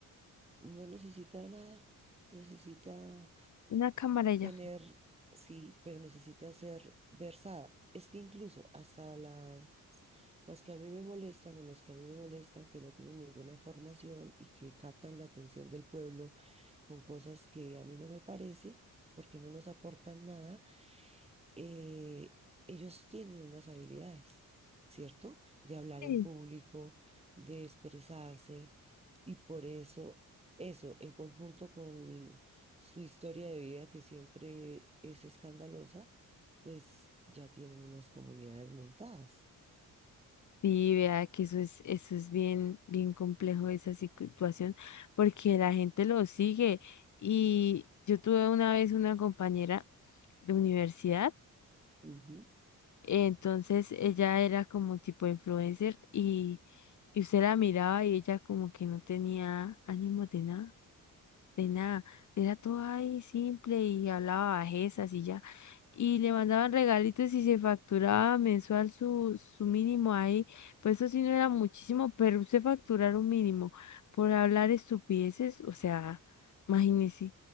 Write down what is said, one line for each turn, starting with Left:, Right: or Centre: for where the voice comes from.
Right: No necesita nada, necesita
Left: Una cámara ya.
Right: tener, sí, pero necesita ser versada. Es que incluso hasta las, las que a mí me molestan o los que a mí me molestan, que no tienen ninguna formación y que captan la atención del pueblo con cosas que a mí no me parece, porque no nos aportan nada, eh, ellos tienen unas habilidades, ¿cierto? De hablar
Left: Sí,
Right: en público, de expresarse, y por eso, eso, en conjunto con su historia de vida, que siempre es escandalosa, pues ya tienen unas comunidades montadas.
Left: Sí, vea que eso es, eso es bien, bien complejo esa situación, porque la gente lo sigue. Y yo tuve una vez una compañera de universidad,
Right: Ujú.
Left: entonces ella era como tipo influencer y, y usted la miraba y ella como que no tenía ánimo de nada de nada. Era todo ahí simple y hablaba bajezas y ya. Y le mandaban regalitos y se facturaba mensual su, su mínimo ahí. Pues eso sí no era muchísimo, pero usted facturar un mínimo por hablar estupideces, o sea, imagínese.